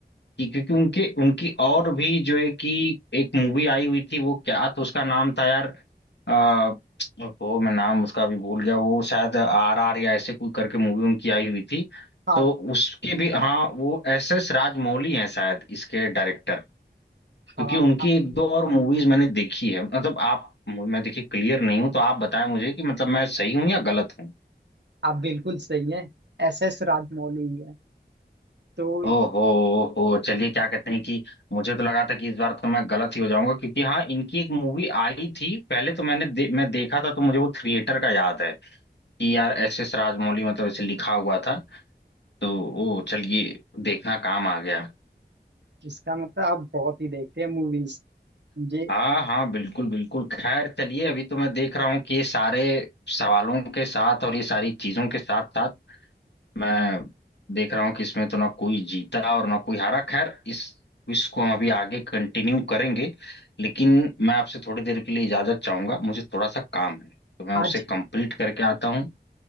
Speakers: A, on the left (about 80°); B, on the right (about 85°).
A: कि क्योंकि उनके उनकी और भी जो है कि एक मूवी आई हुई थी वो क्या तो उसका नाम था यार आ, वो मैं नाम उसका भी भूल गया वो शायद आर आर या ऐसे कोई करके मूवी उनकी आई हुई थी
B: हाँ
A: तो उसके भी हाँ वो एस एस राजमौली हैं शायद इसके डायरेक्टर क्योंकि
B: हाँ
A: उनकी एक दो और मूवीज मैंने देखी है मतलब आप मैं देखिए क्लियर नहीं हूँ तो आप बताएं मुझे कि मतलब मैं सही हूँ या गलत हूँ
B: आप बिल्कुल सही है एस एस राजमौली ही है तो इस,
A: ओहो ओहो चलिए क्या कहते हैं कि मुझे तो लगा था कि इस बार तो मैं गलत ही हो जाऊंगा क्योंकि हाँ इनकी एक मूवी आई थी पहले तो मैंने दे, मैं देखा था तो मुझे वो थिएटर का याद है कि यार एस एस राजमौली मतलब ऐसे लिखा हुआ था तो ओ चलिए देखना काम आ गया
B: इसका मतलब आप बहुत ही देखते हैं मूवीज ये
A: हाँ हाँ बिल्कुल बिल्कुल खैर चलिए अभी तो मैं देख रहा हूँ कि ये सारे सवालों के साथ और ये सारी चीजों के साथ साथ मैं देख रहा हूँ कि इसमें तो ना कोई जीता और ना कोई हारा खैर इस क्विज को हम अभी आगे कंटिन्यू करेंगे लेकिन मैं आपसे थोड़ी देर के लिए इजाजत चाहूंगा मुझे थोड़ा सा काम है तो मैं
B: आज
A: उसे कंप्लीट करके आता हूँ